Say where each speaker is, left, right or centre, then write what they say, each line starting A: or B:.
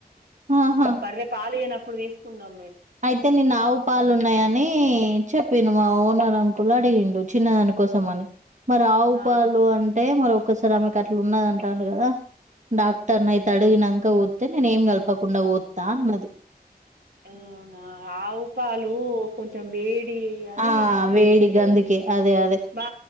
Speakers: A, on the right; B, on the right.
A: ఆహా
B: మాక్ బర్రే పాలు ఇయ్యనప్ ప్డు దీస్కున్నాం
A: అయితే నిన్న ఆవు పాలు ఉన్నాయని చెప్ ప మా ఓనరకులడింగిండు వచ్చిన దానికోసం అని మరి ఆవు
B: ఆ
A: పాలు అంటే అంటే మర ఒక్కసారి ఆమెకు అట్లా ఉన్నదంటాను కదా డాక్టర్ని అయితే అడిగినాక పోతే నేను ఏం కలపకుండా పోద్దా అన్నది
B: అవునా ఆవు పాలు కొంచెం వేడి అని
A: ఆ వేడి
B: అంటారు
A: గధకి
B: కదా
A: అదే అ
B: మా